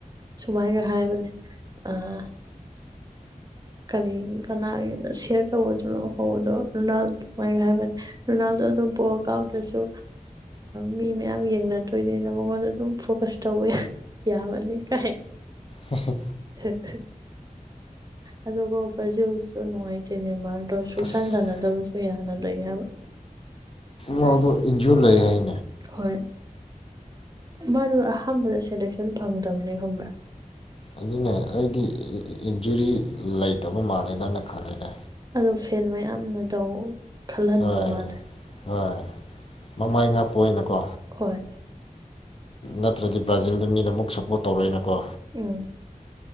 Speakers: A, on the right (about 30°); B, on the left (about 45°).
A: ꯁꯨꯃꯥꯏꯒ ꯍꯥꯏꯕꯅꯦ ꯑꯥ ꯀꯔꯤꯒꯤ ꯀꯅꯥꯒꯤꯅ ꯁꯤꯌꯥꯔ ꯇꯧꯕꯗꯨꯅ ꯍꯧꯕꯗꯣ ꯔꯣꯅꯥꯜꯗꯃꯥꯏꯅ ꯍꯥꯏꯕꯅꯤ ꯔꯣꯅꯥꯜꯗꯣ ꯑꯗꯨꯝ ꯕꯣꯜ ꯑꯥꯎꯠꯇꯁꯨ ꯃꯤ ꯃꯌꯥꯝ ꯌꯦꯡꯅꯗꯣꯏꯅꯤꯅ ꯃꯉꯣꯟꯗ ꯑꯗꯨꯝ ꯐꯣꯀꯁ ꯇꯧꯕ ꯌꯥꯕꯅꯤ ꯀ
B: ꯁꯁꯨ
A: <unintelligible> ꯑꯗꯨꯒ ꯄ꯭ꯔꯖꯤꯁꯨ ꯅꯨꯡꯉꯥꯏꯇꯦꯅꯦ ꯃꯥ ꯁꯨ
B: ꯑꯁ
A: ꯁꯥꯟ ꯁꯥꯟꯅꯖꯕ ꯑꯗꯨ ꯌꯥꯅꯗ꯭ꯔꯣꯏ ꯍꯥꯏꯕ
B: ꯋꯥ ꯑꯗꯨ ꯏꯟꯖꯤꯑꯣ ꯂ ꯍꯥꯏ
A: ꯍꯣꯏ ꯃꯥꯗꯣ ꯑꯍꯥꯟꯕꯗ ꯁꯦꯂꯦꯛꯁꯟ ꯐꯪꯗ꯭ꯔꯕꯅꯦ ꯈꯪꯕ꯭ꯔꯥ
B: ꯑꯗꯨꯅꯦ ꯑꯩꯒꯤ ꯖꯨꯔꯤ ꯂꯩꯇꯕ ꯃꯥꯜꯂꯦꯅꯅ ꯈꯜꯂꯦꯗ
A: ꯑꯣ ꯐꯦꯟ ꯃꯌꯥꯝꯅ ꯇꯧ ꯈꯜꯍꯟꯕ
B: ꯍꯣꯏ
A: ꯃꯥꯜꯂꯦ
B: ꯍꯣꯏ ꯃꯃꯥꯏ ꯉꯥꯛꯄ ꯑꯣꯏꯅꯀꯣ
A: ꯍꯣꯏ
B: ꯅꯠꯇ꯭ꯔꯗꯤ ꯕ꯭ꯔꯥꯖꯤꯜꯗ ꯃꯤꯅ ꯑꯃꯨꯛ ꯁꯞꯄꯣꯔꯠ ꯇꯧꯔꯣꯏꯅꯀꯣ
A: ꯎꯝ